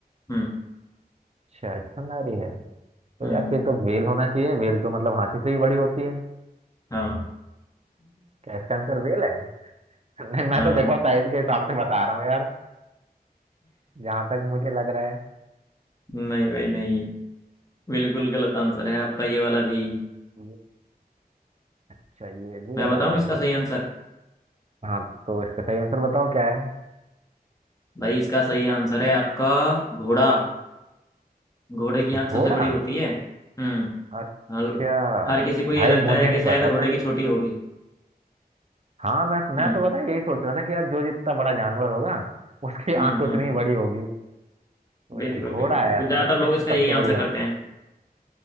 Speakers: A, on the left (about 20°); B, on the right (about 40°).
A: हम्म
B: अच्छा स्तनधारी है तो
A: हम्म
B: यार फिर तो वेल होना चाहिए वेल तो मतलब हाथी से ही बड़ी होती है
A: हाँ
B: क्या इसका आंसर वेल है <laughs> नहीं मैं
A: <laughs> अ,
B: तो देखो साइज के हिसाब से बता रहा हूँ यार जहां तक मुझे लग रहा है
A: नहीं भाई नहीं बिल्कुल गलत आंसर है आपका ये वाला भी
B: ये- अच्छा ये भी
A: मैं
B: गलत
A: बताऊं
B: है
A: इसका सही आंसर
B: हाँ तो इसका सही आंसर बताओ क्या है
A: भाई इसका सही आंसर है आपका घोड़ा घोड़े की आंख
B: घोड़ा
A: सबसे बड़ी होती है हम्म
B: अच्छा
A: हल- हर किसी को ये
B: भाई
A: लगता
B: मुझे
A: है कि
B: नहीं
A: शायद
B: पता
A: घोड़े
B: था
A: की छोटी होगी
B: हाँ मैं मैं
A: हम्म
B: तो पता है यही सोच रहा था कि यार जो जितना बड़ा जानवर होगा उसकी
A: हम्म
B: आंख
A: हम्म
B: उतनी ही बड़ी होगी तो अच्छा
A: बिल्कुल
B: घोड़ा
A: बिल्कुल बिल्कुल
B: ऐसा
A: ज्यादातर
B: है जिसकी
A: लोग इसका
B: सबसे
A: यही
B: बड़ी
A: आंसर करते
B: आंख
A: हैं